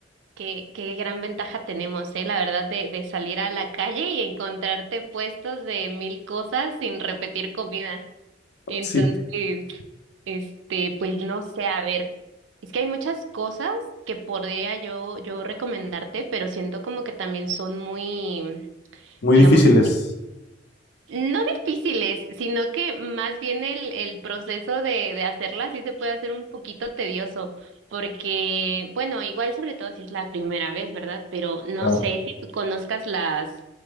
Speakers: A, on the right; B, on the left.
A: qué, qué gran ventaja tenemos, eh, la verdad, de, de salir a la calle y encontrarte puestos de mil cosas sin repetir comida. Entonces,
B: Sí,
A: este, pues no sé, a ver, es que hay muchas cosas que podría yo, yo recomendarte, pero siento como que también son muy,
B: muy
A: digamos,
B: difíciles.
A: No difíciles, sino que más bien el, el proceso de, de hacerla sí se puede hacer un poquito tedioso, porque, bueno, igual sobre todo si es la primera vez, ¿verdad? Pero no
B: Claro.
A: sé si tú conozcas las,